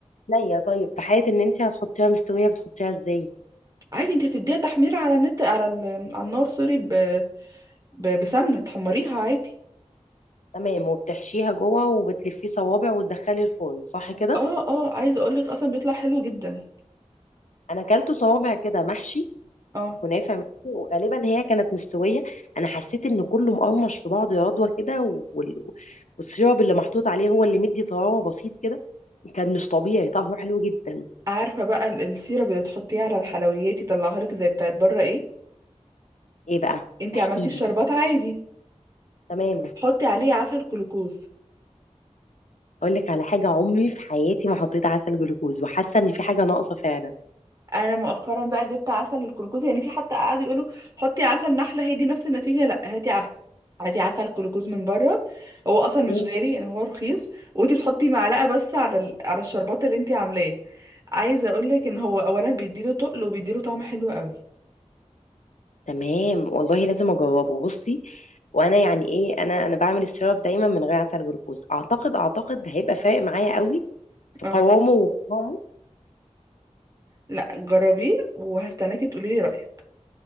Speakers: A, on the left (about 80°); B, on the right (about 30°).
A: نية طيب في حالة إن أنت هتحطيها مستوية بتحطيها إزاي؟
B: عادي انت هتديها تحميرة على النت على ال... على النار سوري ب... ب... بسمنة تحمريها عادي
A: تمام وبتحشيها جوه وبتلفيه صوابع وتدخلي الفرن صح كده؟
B: اه اه عايزة اقولك اصلا بيطلع حلو جدا
A: أنا أكلته صوابع كده محشي
B: اه
A: كنافه منه وغالبا هي كانت مستويه انا حسيت ان كله مقرمش في بعض يا رضوى كده وال- والسيرب اللي محطوط عليه هو اللي مدي طراوه بسيط كده كان مش طبيعي طعمه حلو جدا
B: عارفة بقى ال- السيرب اللي تحطيه على الحلويات يطلعها لك زي بتاعت بره ايه
A: ايه بقى
B: انت
A: احكي
B: عملتي الشربات
A: لي
B: عادي
A: تمام
B: حطي عليه عسل جلوكوز
A: اقول لك على حاجه عمري في حياتي ما حطيت عسل جلوكوز وحاسه ان في حاجه ناقصه فعلا
B: انا مؤخرا بقى جبت عسل الجلوكوز يعني في حتى قعدوا يقولوا حطي عسل نحله هي دي نفس النتيجه لا هاتي عسل هاتي عسل جلوكوز من بره هو اصلا مش
A: مم.
B: غالي يعني هو رخيص وانتي بتحطي معلقه بس على ال... على الشربات اللي انتي عاملاه عايزه اقول لك ان هو اولا بيديله تقل وبيديله طعم حلو قوي
A: تمام والله لازم اجربه بصي وانا يعني ايه انا انا بعمل السيرب دايما من غير عسل جلوكوز اعتقد اعتقد هيبقى فارق معايا قوي في
B: اه
A: قوامه وقوامه
B: لا جربيه وهستناكي تقولي لي رايك